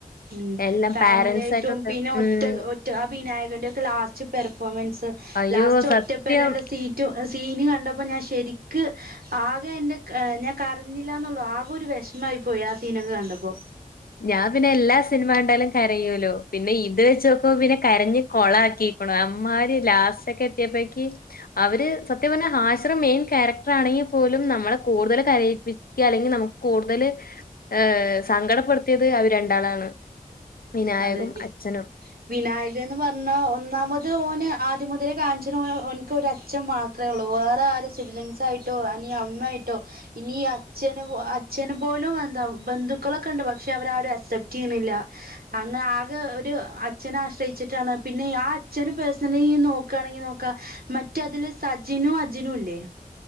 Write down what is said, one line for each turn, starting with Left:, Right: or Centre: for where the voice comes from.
Right: ഉം
Left: എല്ലാം
Right: ഫാമിലിയായിട്ടും
Left: പാരന്റ്സ് ആയിട്ടുണ്ട്.
Right: പിന്നെ ഒറ്റ
Left: ഉം.
Right: ഒറ്റ ആ വിനായകന്റെ ഒക്കെ ലാസ്റ്റ് പെർഫോമൻസ്
Left: അയ്യോ
Right: ലാസ്റ്റ്
Left: സത്യം
Right: ഒറ്റപ്പെരേലെ സീറ്റ് സീന് കണ്ടപ്പോ ഞാൻ ശരിക്ക് ആകെ എന്റെ ക ഞാൻ കരഞ്ഞില്ലാന്നൊള്ളൂ ആകെ ഒരു വെഷ്മായി പോയി ആ സീനൊക്കെ കണ്ടപ്പൊ
Left: ഞാൻ പിന്നെ എല്ലാ സിനിമ കണ്ടാലും കരയോലോ പിന്നെ ഇത് വെച്ചോക്കുമ്പൊ പിന്നെ കരഞ്ഞ് കൊളാക്കിക്ക്ണു അമ്മാരി ലാസ്റ്റ് ഒക്കെ എത്തിയപ്പഴേക്ക് അവര് സത്യം പറഞ്ഞാ ഹാഷിർ മെയിൻ ക്യാരക്ടർ ആണെങ്കി പോലും നമ്മളെ കൂട്തല് കരയിപ്പിക്ക്യാ അല്ലെങ്കി നമു കൂടുതൽ ഏഹ് സങ്കടപ്പെടുത്തിയത് അവര് രണ്ടാളാണ് വിനായകും
Right: അതെ വി
Left: അച്ഛനും
Right: വിനായകൻ എന്ന് പറഞ്ഞ ഒന്നാമത് ഓന് ആദ്യം മുതലേ കാണിച്ച്ണത് ഓൻക്ക് അച്ചൻ മാത്രമേ ഉള്ളൂ വേറെ ആരും ഒരു സിബ്ലിംഗങ്സ്സായിട്ടോ എനി അമ്മയായിട്ടോ ഇനി അച്ഛന് അച്ഛന് പോലും എന്താ ബന്ധുക്കളൊക്കെണ്ട് പക്ഷെ അവര് ആരും അസ പ്റ്റയ്യ്ണില്ല അന്ന് ആകെ ഒരു അച്ഛനെ ആശ്രയിച്ചിട്ടാണ് പിന്നെ ആ അച്ഛന് പേഴ്സണലി നോക്കയാണെങ്കി നോക്കാ മറ്റതില് സജിനും അജിനും ഇല്ലേ